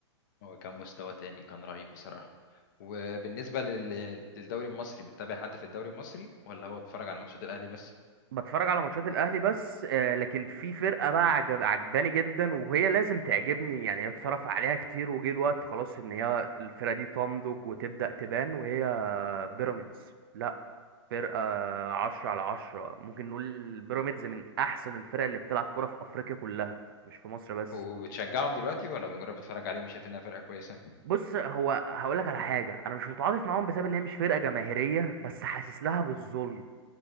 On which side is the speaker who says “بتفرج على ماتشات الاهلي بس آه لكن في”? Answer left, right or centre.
Right